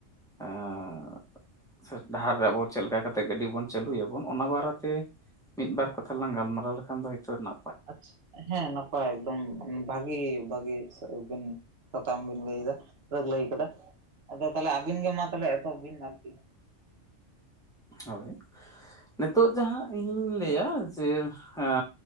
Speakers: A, in the centre; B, on the right.
A: ᱮᱸ ᱥᱮ ᱰᱟᱦᱟᱨ ᱨᱮ ᱟᱵᱚ ᱪᱮᱫ ᱞᱮᱠᱟ ᱠᱟ ᱛᱮᱜ ᱜᱟᱹᱰᱤ ᱵᱚᱱ ᱪᱟᱹᱞᱩᱭᱟᱵᱚᱱ ᱚᱱᱟ ᱵᱟᱨᱮᱛᱮ ᱢᱤᱫ ᱵᱟᱨ ᱠᱟᱛᱷᱟ ᱞᱟᱝ ᱜᱟᱞᱢᱟᱨᱟᱣ ᱞᱮᱠᱷᱟᱱ ᱫᱚ ᱦᱳᱭᱛᱚ ᱱᱟ
B: ᱟᱪᱷᱟ ᱦᱮᱸ ᱱᱟᱯᱟᱭ ᱮᱠᱫᱚᱢ ᱵᱷᱟᱜᱤ ᱵᱷᱟᱹᱜᱤ ᱵᱤᱱ ᱥᱟᱛᱟᱢ ᱵᱤᱱ ᱞᱟᱹᱭ ᱫᱟ ᱞᱟᱹᱭ ᱠᱟᱫᱟ, ᱟᱫᱚ ᱛᱟᱦᱚᱞᱮ ᱟᱵᱤᱱ ᱜᱮ ᱢᱟ ᱛᱟᱦᱚᱞᱮ ᱮᱛᱚᱦᱚᱵ ᱵᱤᱱ ᱟᱨᱠᱤ᱾
A: ᱦᱳᱭ ᱱᱤᱛᱚᱜ ᱡᱟᱦᱟᱸ ᱤᱧᱤᱧ ᱞᱟᱹᱭᱟ ᱡᱮ ᱦᱮᱸ